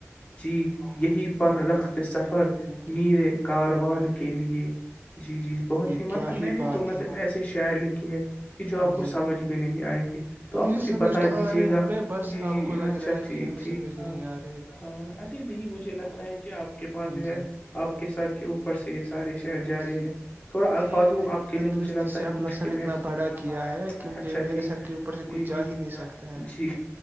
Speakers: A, on the left (about 30°); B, on the right (about 45°).
A: جی یہی پر رکھ ہے سفر میریر
B: جی
A: کار <unintelligible> وان کے لیے جی بہت ہی
B: کیا
A: مطلب میں نے
B: بات
A: تو مطلب
B: ہے
A: ایسے شاعر لکھ کہ جو آپ کو
B: جی
A: سمجھ میں نہیں آئیں گے تو آپ
B: جی
A: مجھے
B: سمجھ
A: بتا
B: تو آ
A: دیجیے
B: رہے
A: گا
B: ہمیں بس
A: جی جی
B: آپ کو لگ
A: اچھا
B: رہا ہے
A: ٹھیک
B: کہ ہمیں
A: ٹھیک
B: سمجھ نہیں
A: ہاں
B: آ رہے
A: ہاں ارے نہیں مجھے لگتا ہے کہ آپ کے پاس جو ہے
B: جی
A: آپ کے سر اوپر سے یہ سارے شہر جا
B: جی
A: رہے ہیں تھڑا
B: جی
A: الفاظوں
B: میں نے
A: آپ کے
B: تندرستی
A: لیے مجھے لگتا
B: سے اپنا
A: ہے مشکلیں
B: سر اتنا
A: اچھا
B: بڑا کیا ہے کہ مجھے میرے
A: ٹھیک
B: سر کے اوپر سے کچھ
A: جی
B: جا
A: جی
B: ہی نہیں سکتا ہے
A: جی